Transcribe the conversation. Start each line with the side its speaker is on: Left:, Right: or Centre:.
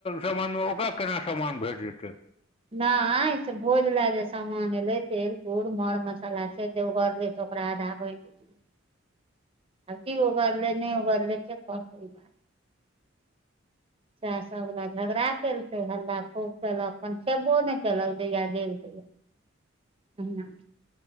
Left: समान मे ओकरा केना समान भेट जेतै
Right: नहि से भोज ल जे सामान एले तेल कूर मर मसाला से जगरले ऽ ओकरा आध आब की ओगलले नहि उगललै केै बात सेय सब झगड़ा केलके हल्ला खूब केलक अपनन खेबो नहि केलक जहिया गेल <unintelligible>